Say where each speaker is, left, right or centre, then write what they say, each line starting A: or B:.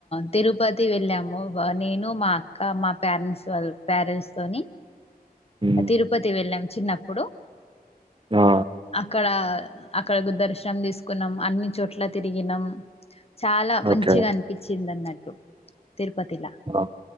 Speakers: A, on the left; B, on the right.
A: తిరుపతి వెళ్ళాము, వ నేను మా అక్క, మా పారెంట్స్ ట్స్ వాళ్ళు పారెంట్స్ తోని
B: హ్మ్.
A: తిరుపతి వెళ్ళాం చిన్నప్పుడు,
B: ఆ!
A: అక్కడా అక్కడ గ్ దర్శన్ దీసుకున్నాం అన్ని చోట్ల తిరిగినం. చాలా మంచిగన్
B: ఓకే.
A: పిచ్చిందన్నట్ తిరుపతిలా,
B: ఆ!